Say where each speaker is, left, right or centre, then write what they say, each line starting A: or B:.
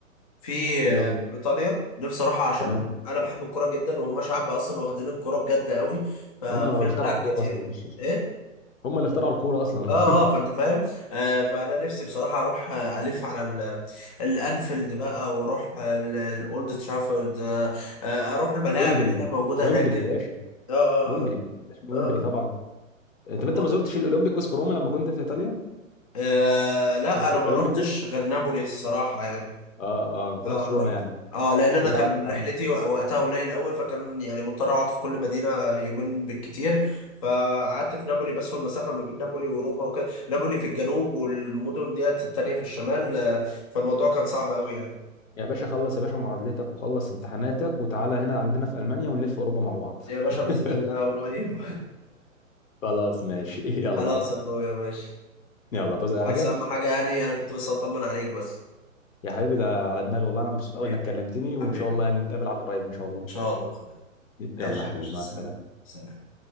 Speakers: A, on the left; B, on the left.
A: في
B: اللي
A: آه،
B: هم
A: بريطانيا نفسي اروحها عشان
B: تمام
A: انا بحب الكورة جدا وهم شعب اصلا واخدين الكورة بجد قوي ففي
B: هم اللي اخترعوا
A: ملاعب
B: الكورة
A: كتير
B: اصلا
A: ايه
B: <laughs> هم اللي اخترعوا الكورة اصلا
A: اه اه فانت فاهم آه فانا نفسي بصراحه اروح آه، الف على ال- الانفيلد بقى واروح آه، ال- الاولد ترافورد آه، آه، اروح
B: <laughs>
A: الملاعب
B: ويمبلي
A: اللي هي موجوده
B: ويمبلي
A: هناك كده
B: يا باشا
A: اه
B: ويمبلي
A: اه
B: ما تنساش من
A: اه,
B: ويمبلي
A: آه.
B: طبعا انت انت
A: آه.
B: ما زرتش الاولمبيكوس في روما لما كنت في ايطاليا؟
A: آه لا انا
B: الاولمبيكو
A: ما رحتش غير نابولي الصراحه يعني
B: اه اه ما
A: آه
B: رحتش روما
A: رحت
B: يعني
A: اه لان انا
B: لا
A: كان رحلتي وقتها قليل قوي فكان يعني مضطر اقعد في كل مدينه يومين بالكتير فقعدت في نابولي بس والمسافه ما بين نابولي وروما وكده نابولي في الجنوب والمدن ديت التانيه في الشمال آه، فالموضوع كان صعب قوي يعني
B: يا باشا خلص يا باشا معادلتك وخلص امتحاناتك وتعالى هنا عندنا في ألمانيا ونلف أوروبا مع بعض
A: يا باشا
B: <laughs>
A: باذن الله قريب
B: خلاص ماشي
A: <laughs>
B: يلا
A: خلاص يا اخويا ماشي
B: يلا توزع أي
A: بس
B: حاجة
A: اهم حاجه يعني انا كنت بس اطمن عليك بس
B: يا حبيبي ده على دماغي والله أنا مبسوط
A: حبيبي
B: أوي إنك كلمتني وإن
A: حبيبي
B: شاء الله
A: ان
B: يعني نتقابل عن قريب إن شاء الله
A: شاء الله يا اخويا
B: يلا
A: ماشي
B: يا
A: يا
B: حبيبي
A: باشا
B: مع
A: سلام
B: السلامة
A: سلام